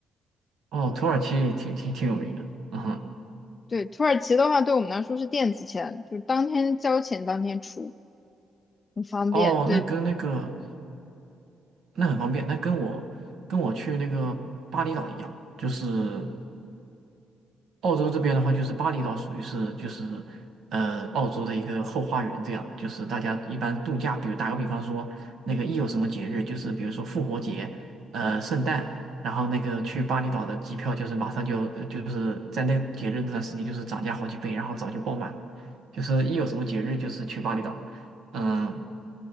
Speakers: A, on the right (about 70°); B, on the left (about 35°).
A: 哦，土耳其也挺挺挺有名的，嗯哼，
B: 对，土耳其的话，对我们来说是电子签，就是当天交钱当天出，很方便。
A: 哦，
B: 对
A: 那跟那个那很方便，那跟我跟我去那个巴厘岛一样，就是。澳洲这边的话，就是巴厘岛属于是就是呃澳洲的一个后花园这样的，就是大家一般度假，比如打个比方说，那个一有什么节日，就是比如说复活节、呃圣诞，然后那个去巴厘岛的机票就是马上就呃就是在那个节日那段时间就是涨价好几倍，然后早就爆满了就是一有什么节日就是去巴厘岛，嗯，